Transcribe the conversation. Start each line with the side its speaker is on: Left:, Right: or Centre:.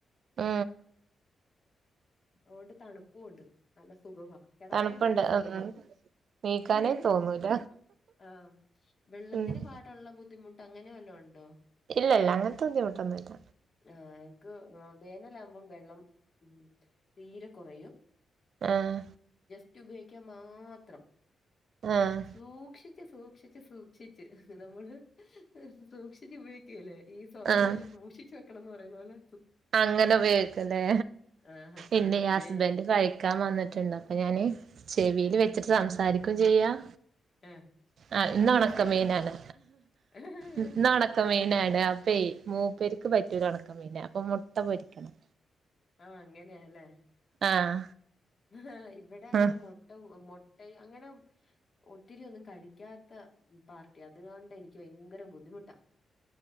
Right: മ്
Left: അതുകൊണ്ട് തണുപ്പും ഉണ്ട് നല്ല സുഖവാ കിടക്കാൻ
Right: തണുപ്പുണ്ട്
Left: നല്ല സുഖവാ
Right: ഉം നീക്കാനേ
Left: മ്
Right: തോന്നൂല
Left: ആ വെള്ളത്തിന്
Right: ഉം
Left: പാടൊള്ള ബുദ്ധിമുട്ട് അങ്ങനെ വല്ലോ ഉണ്ടോ
Right: ഇല്ല ഇല്ല അങ്ങനത്തെ ബുദ്ധിമുട്ടൊന്നും ഇല്ല
Left: ആ എനിക്ക് വേനലാകുമ്പോ വെള്ളം ഉം തീരെ കുറയും
Right: ആഹ്
Left: റ്റു ഉപയോഗിക്കാൻ മാത്രം
Right: ആഹ്
Left: സൂക്ഷിച്ച് സൂക്ഷ സൂക്ഷിച്ച് സൂക്ഷിച്ച് നമ്മള് സൂക്ഷിച്ച് ഉപയോഗിക്കേലേ ഈ സ്വർണ്ണോക്കെ
Right: ആഹ്
Left: സൂക്ഷിച്ച് ക്കണംന്ന് പറയുന്നപോലെ
Right: അങ്ങനെ ഉപയോഗിക്കല്ലേ
Left: ആഹ്
Right: എന്റെ ഹസ്ബൻഡ്
Left: വേ
Right: കഴിക്കാൻ വന്നിട്ടുണ്ട് അപ്പൊ ഞാന് ചെവില്
Left: ആഹ്
Right: വെച്ചിട്ട് സം സംസാരിക്കും ചെയ്യാം
Left: ആഹ്
Right: ആ ഇന്നൊണക്കമീനാണ്
Left: അത് ശരിയാ ആഹ്
Right: ഇന്നൊണക്കമീനാണ് അപ് പേ മൂ പേർക്ക് പറ്റൂല ഉണക്കമീന ഇപ്പൊ മുട്ട പൊരിക്കണം
Left: ആ അങ്ങനെയാ ല്ലേ
Right: ആഹ്
Left: ആ ഇവിടെ അങ്ങനെ
Right: ആഹ്
Left: മൊട്ട മു ട്ട അങ്ങനെ ഒത്തിരി ഒന്നും കഴിക്കാത്ത പാർട്ടി അതുകൊണ്ട് എനിക്ക് ഭയങ്കരം ബുദ്ധിമുട്ടാ